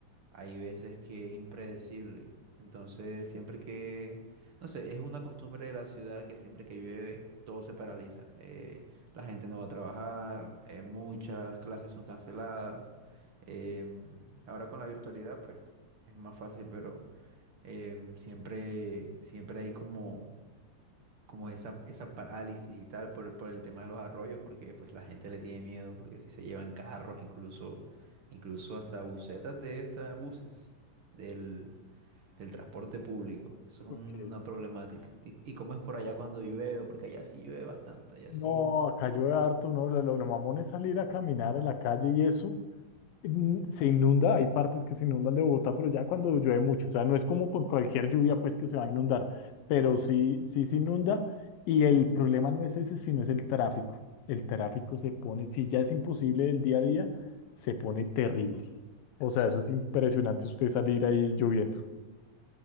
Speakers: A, on the right (about 45°); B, on the left (about 90°).
A: hay veces que es impredecible. Entonces, siempre que, no sé, es una costumbre de la ciudad que siempre que llueve todo se paraliza. Eh, la gente no va a trabajar, eh, muchas clases son canceladas. Em, ahora con la virtualidad, pues es más fácil, pero em, siempre, siempre hay como como esa, esa parálisis y tal por, por el tema de los arroyos, porque pues la gente le tiene miedo, porque si se llevan carros, incluso, incluso hasta busetas de estas, buses del, del transporte público. Eso es
B: ok.
A: una problemática. ¿Y, y cómo es por allá cuando llueve? Porque allá sí llueve bastante, allá
B: No,
A: sí.
B: acá llueve harto, ¿no? Lo, lo- lo mamón es salir a caminar a la calle y eso, in- se inunda, hay partes que se inundan de Bogotá, pero ya cuando llueve mucho, o sea, no es como con cualquier lluvia pues que se va a inundar, pero sí, sí se inunda y el problema no es ese, sino es el tráfico. El tráfico se pone, si ya es imposible el día a día, se pone terrible. O sea, eso es impresionante usted salir ahí lloviendo.